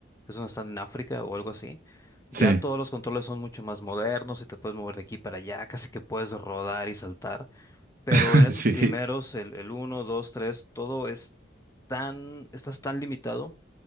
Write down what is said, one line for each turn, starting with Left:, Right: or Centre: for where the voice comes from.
Left: que es donde están en África o algo así, ya
Right: Sí,
Left: todos los controles son mucho más modernos y te puedes mover de aquí para allá, casi que puedes rodar y saltar. Pero
Right: <laughs>
Left: en esos primeros,
Right: sí.
Left: el, el uno dos tres todo es tan, estás tan limitado